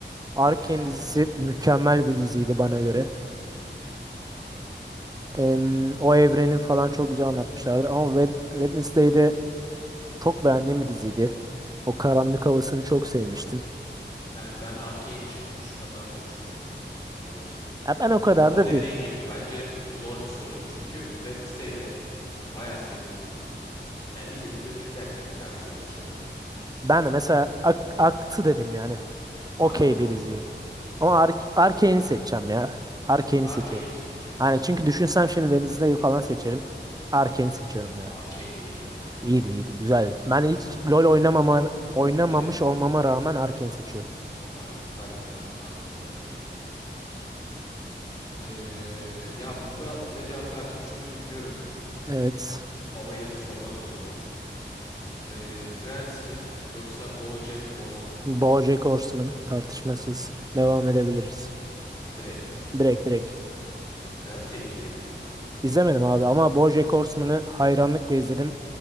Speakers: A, on the right; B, on the left.
A: Arcane
B: <laughs>
A: dizisi mükemmel bir diziydi bana göre. Em, o evrenin falan çok güzel anlatmışlardı ama Wed Wednesday'de çok beğendiğim bir diziydi. O karanlık havasını çok sevmiştim.
B: Yani ben Arcane için kurşun atar kurşun yerim. Öyle söyleyeyim.
A: Ya ben o kadar
B: Ama
A: da
B: dediğin
A: değil.
B: gibi bence zor bir soru. Çünkü Wednesday de bayağı sevdiğim bir diziydi. Yani izledim de dedim gerçekten güzel dizi olmuş dedim yani.
A: Ben de mesela ak- aktı dedim yani. Okey
B: Aynen öyle.
A: bir diziydi. Ama Ar Arcane'i seçeceğim ya. Arcane'i
B: Arcane'i
A: seçiyorum.
B: mi seçeceksin?
A: Yani çünkü düşünsem şimdi Wednesday'ı falan seçerim. Arcane'i seçiyorum ya.
B: O Arcane de iyidir ama ya.
A: İyiydi iyiydi güzel. Ben hiç LoL oynamama, oynamamış
B: Evet.
A: olmama rağmen Arken seçiyorum.
B: Aynen. Ben de Arcane'den devam edeyim. Ee, ya bunda ne cevap vereceğini çok iyi biliyorum.
A: Evet.
B: Ama yine de sormak zorundayım. Ee, Friends mi yoksa BoJack Horseman mı?
A: BoJack Horseman tartışmasız. Devam edebiliriz.
B: Direkt.
A: Direkt direkt.
B: Friends de iyidir ya.
A: İzlemedim abi ama BoJack Horseman'ı hayranlıkla izledim.